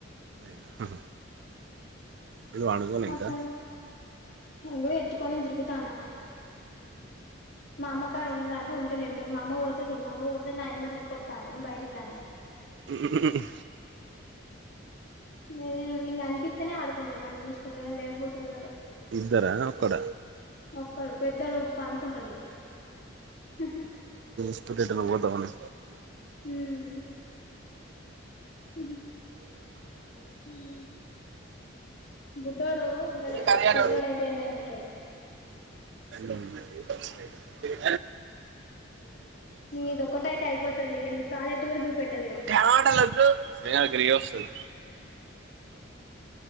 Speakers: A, on the right (about 60°); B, on the left (about 55°).
A: ఆ ఇంకా వాడుకోలే ఇంకా
B: అట్లా ఇగో ఎత్తుకోనే తిరుగుతాన్న మా అమ్మ కాడ ఉన్న అంటే ఉంటలేదు నే మా అమ్మ పోతుది మా అమ్మ పోతుంది నా ఏ మట్టు కొత్తాడు నే బయటికి రాను
A: ఉ ఉ ఉ ఉ
B: నే కనిపిత్తనే ఆడుకుంటున్నాను చూసుకుంట లేకపోతే ఉండడు.
A: ఇద్దరా ఓక్కడ
B: ఒక్కడు పెద్దడు పడుకుంటాలే హు
A: స్టుడెంటుగా పోతావానే
B: ఉమ్ హు హు బుడ్డోడు ఉండలేడు
A: కార్యాల
B: పెద్దోడు అయితే ఎన్నైనా ఉంటాడు
A: ఉమ్ ఏ
B: ఇది ఒక్కటైతే అయిపోతదిలే ఇగ నీకు ప్రాజెక్ట్ కూడా చూపెట్టదు ఇగ
A: గమాటలు వద్దు నేహా ఇక్కడికె వస్తది